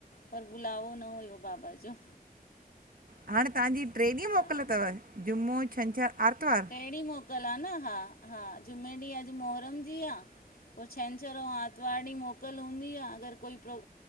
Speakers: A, on the left (about 75°); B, on the right (about 70°).
A: पर बुलावो न हुयो बाबा जो।
B: हाणे तव्हांजी ट्रे ॾींहुं मोकल
A: हा
B: तव जुमो, छंछर, आरतवार।
A: एहिड़ी मोकल आ न, हा हा जुमें ॾींहुं अॼु मोहरम जी आ। पो छंछर अऊं आतवार ॾींहुं मोकल हूंदी आ अॻरि कोई प्रो